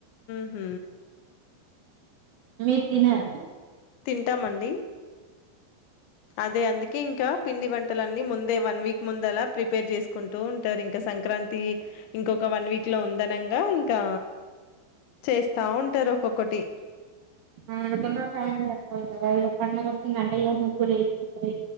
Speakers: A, on the left; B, on the right.
A: ఉమ్
B: మీరు తినారా
A: తింటామండి అదే అందుకే ఇంకా పిండి వంటలన్నీ ముందే వన్ వీక్ ముందుల ప్రిపేర్ చేసుకుంటూ ఉంటారు ఇంకా సంక్రాంతి ఇంకొక వన్ వీక్ లో ఉందనంగా ఇంకా చేస్తా ఉంటారు ఒక్కొక్కటి
B: ఆడికైన టైం సరిపోదు కదా పండుగ వచ్చింది అంటే ముగ్గులు వేసుకుంటాం